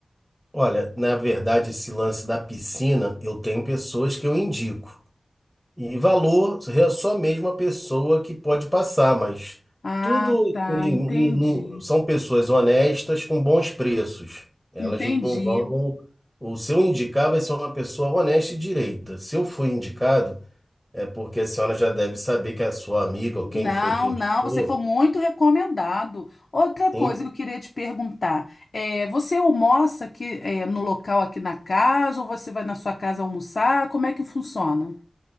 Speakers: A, in the centre; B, on the left (about 70°).
A: Olha, na verdade, esse lance da piscina, eu tenho pessoas que eu indico. E valor é só mesmo a pessoa que pode passar, mas
B: Ah,
A: tudo
B: tá,
A: assim,
B: entendi.
A: não- não- são pessoas honestas com bons preços. Elas
B: Entendi.
A: não vão. O seu indicar vai ser uma pessoa honesta e direita. Se eu for indicado, é porque a senhora já deve saber que é a sua amiga ou quem
B: Não,
A: foi que indicou.
B: não, você foi muito recomendado. Outra coisa
A: Em-
B: que eu queria te perguntar, é, você almoça aqui, é, no local aqui na casa ou você vai na sua casa almoçar? Como é que funciona?